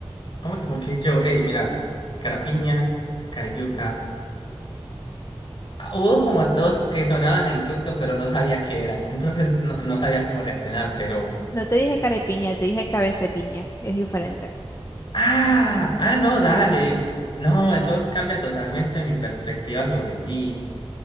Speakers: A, on the left; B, on the left.
A: ¿Cómo que por qué yo? Hey, mira, Carapiña, Carayuca, Ah, Hubo como dos que sonaban a insulto, pero no sabía qué era. Entonces no, no sabía cómo reaccionar, pero...
B: No te dije carepiña, te dije cabecepiña. Es diferente.
A: Ah, ah, no, dale. No, eso cambia totalmente mi perspectiva sobre ti.